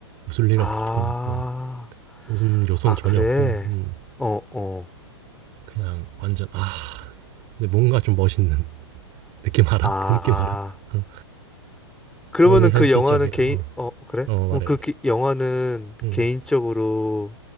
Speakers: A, on the right; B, in the centre.
A: 웃을 일
B: 아,
A: 없고 어, 웃음 요소는
B: 아,
A: 전혀
B: 그래?
A: 없고 음,
B: 어, 어.
A: 그냥 완전 아 근데 뭔가 좀 멋있는 <laughs> 느낌 알아?
B: 아,
A: 그 느낌 알아? 어,
B: 그러면은
A: 너무 현실적이라
B: 그 영화는 개인,
A: 어,
B: 어, 그래?
A: 어, 말해
B: 뭐 그
A: 말해
B: 영화는
A: 음,
B: 개인적으로